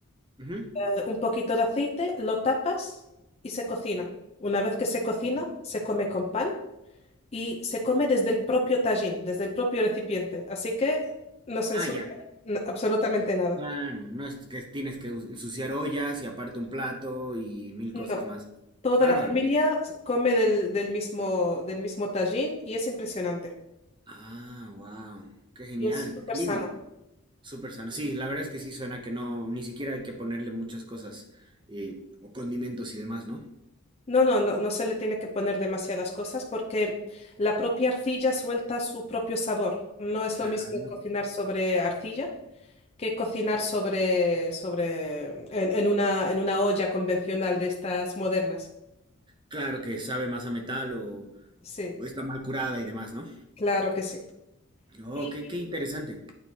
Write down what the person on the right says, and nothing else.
ujú.
Uh,
Ah,
ya.
Claro, no es que tienes que us- ensuciar ollas y aparte un plato y mil
cosas más.
Bárbaro.
Ah, wow. Qué genial.
Qué
lindo. Súper sano. Sí, la verdad es que sí suena que no, ni siquiera hay que ponerle muchas cosas eh, o condimentos y demás, ¿no?
Ah,
claro que sabe más a metal o,
o está mal curada y demás, ¿no?
Oh,
qué, qué interesante.